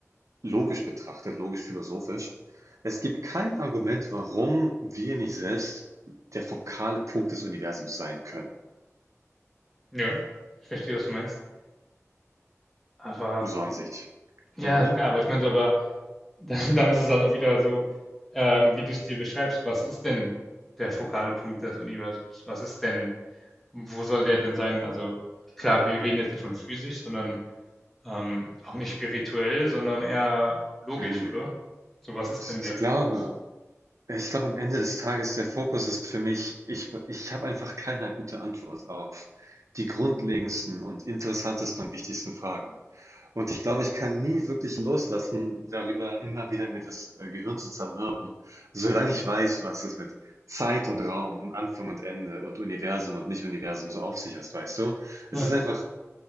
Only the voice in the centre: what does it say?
Ja. ich verstehe, was du meinst. Aber
ja,
klar, aber ich meinte, aber <laughs> dann, dann ist es halt auch wieder so, ähm, wie du es dir beschreibst, was ist denn der fokale Punkt des Universums? Was ist denn, wo soll der denn sein? Also klar, wir reden jetzt nicht von physisch, sondern ähm, auch nicht spirituell, sondern eher logisch,
oder? So, was ist denn
der
Fokus?
Ja,